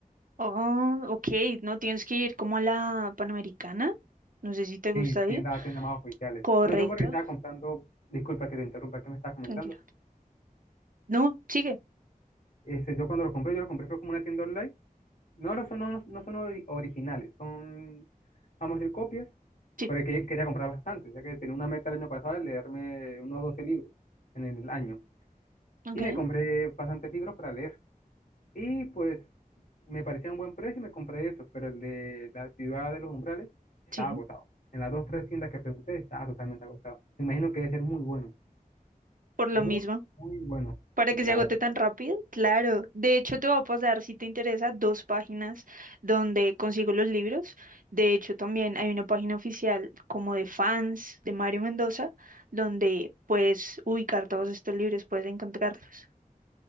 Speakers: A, on the right; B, on the left.
A: Oh, ok. No tienes que ir como a la Panamericana. No sé si te gusta
B: Sí, tiendas,
A: ir.
B: tiendas más oficiales.
A: Correcto.
B: No, yo por ahí estaba comprando, disculpa que te interrumpa, ¿qué me estabas comentando?
A: Tranquilo. No, sigue.
B: Este, yo cuando lo compré, yo lo compré fue como una tienda online No, no son, no, no no son ori- originales, son, vamos a decir, copias,
A: Sí.
B: pero que quería comprar bastante, ya que tenía una meta el año pasado de leerme unos 12 libros en el año.
A: Ok.
B: Y me compré bastantes libros para leer. Y pues me parecía un buen precio y me compré esos, pero el de la ciudad de los umbrales estaba
A: Sí.
B: agotado. En las dos tres tiendas que pregunté estaba totalmente agotado. Me imagino que debe ser muy bueno,
A: Por lo
B: muy,
A: mismo.
B: muy bueno.
A: Para
B: Sí,
A: que
B: claro.
A: se agote tan rápido, claro. De hecho, te voy a pasar, si te interesa, dos páginas donde consigo los libros. De hecho, también hay una página oficial como de fans de Mario Mendoza, donde puedes ubicar todos estos libros, puedes encontrarlos.